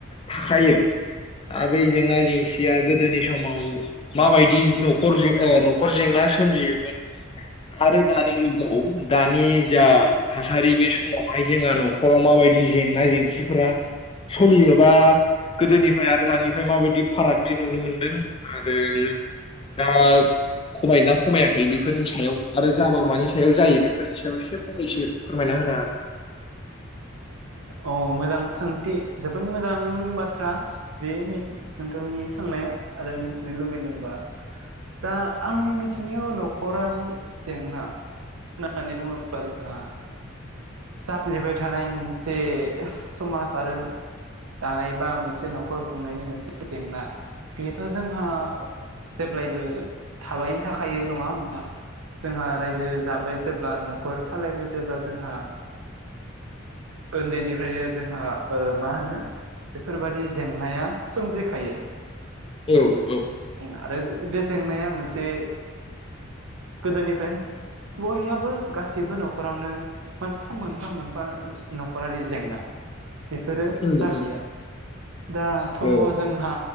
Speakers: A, on the left; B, on the right.
A: थाखायो दा बै जेंना जेंसिया गोदोनि समाव समाव माबायदि न'खर जें ओ नखर जेंना सोमजियोमोन आरो दानि जुगाव दानि जा थासारि बे समावहाय जोंहा नखराव माबायदि जेंना जेंसिफोरा सलियोबा गोदोनिफ्राय आरो दानिफ्राय माबायदि फारागथि नुनो मोनदों आरो दा खमायोना खमायाखै बेफोरनि सायाव आरो जाबा मानि सायाव जायो बेफोरनि सायाव एसे फंनैसो फोरमायना होनो हागोन ना?
B: अ मोजां सोंथि जोबोद मोजां बाथ्रा बे नोंथांनि सोंनाया आरो मिथिनो लुगैदोंबा दा आंनि मिथिनायाव नख'रारि जेंना होननानै बुङोब्ला जोंहा जाफ्लेबाय थानाय मोनसे जे समाज आरो दानाय बा मोनसे न'खर खुंनायनि मोनसे जेंना। बेथ' जोंहा जेब्लायबो थाबायनो थाखायो नङा होमबा? जोंहा रायजो जाबाय जेब्ला न न'खर सालायबाय जेब्ला जोंहा उन्दैनिफ्रायनो जोंहा ओ मा होनो बेफोरबादि जेंनाया सोमजिखायो। होननानै
A: औ औ
B: आरो बे जेंनाया मोनसे गोदोनिफ्रायनो बयहाबो गासिबो नख'रावनो मोनफा मोनफा मोनफा नख'रारि जेंना। बेफोरो
A: नंगौ
B: जाखायो आरो‌। दाथ'
A: औ
B: जोंहा